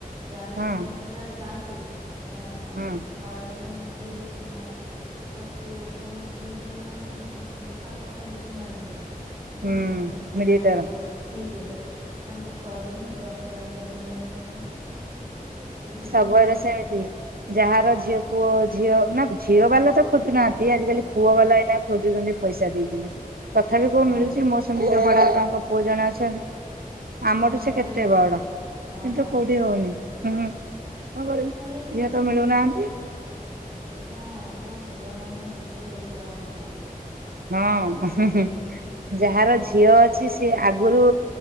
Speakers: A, on the right; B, on the right.
A: ଚାଳିଶ
B: ହଁ
A: ପଇଁଚାଳିଶି ହଜାର ପାଉଚି ତା
B: ହଁ।
A: କହିଲେଣି ଯୋଉ ନା ୟାକୁ କଣ ସେଇ ଯୋଉ ମାନେ ଯେ ପ୍ରସ୍ତାବ ପକାନ୍ତି ଯୋଉମାନଙ୍କୁ ଆଉ
B: ହୁଁ
A: କଣ ତାଙ୍କ
B: ମିଡିଏଟର
A: ନାଁଟା ମନ ମିଡିଏଟର ତାଙ୍କୁ କହିଲୁନି ଦଶ ହଜାର ନିଅ ତମେ ଏ ସିଏ
B: ସବୁଆଡେ
A: ଉଁ ଉଁ।
B: ସେମିତି ଯାହାର ଝିଅପୁଅ ଝିଅ ନା ଝିଅ ବାଲା ତ ଖୋଜୁନାହାନ୍ତି ଆଜିକାଲି
A: ନା
B: ପୁଅ ବାଲା ଏଇନା ଖୋଜୁଛନ୍ତି। ପଇସା ଦେଇକିନା ତଥାପି
A: ଆ ସେଇବା
B: କୋଉ ମିଳୁଚି ମୋର ସେମତି ଜଣେ ବଡାପାଙ୍କ ପୁଅ ଜଣେ ଅଛନ୍ତି ଆମଠୁ
A: ମୁଁ ଆଉ
B: ସେ
A: ଗୋଟେ
B: କେତେ ବଡ କିନ୍ତୁ
A: ହଁ ବା
B: କୋଉଠି ହଉନି ହୁଁ ହୁଁ। କଣ କରିବୁ
A: ଏହିଲି
B: ଝିଅ ତ ମିଳୁନାହାନ୍ତି
A: ଟେ ଏଇବା ଏବେ ଝିଅମାନେ ବିକ୍ରି ହେବେ ଜଣାପଇଲାଣି।
B: ହଁ ଉଁ ହୁଁ ହୁଁ ଯାହାର ଝିଅ
A: ପଇସା
B: ଅଛି ସିଏ ଆଗୁରୁ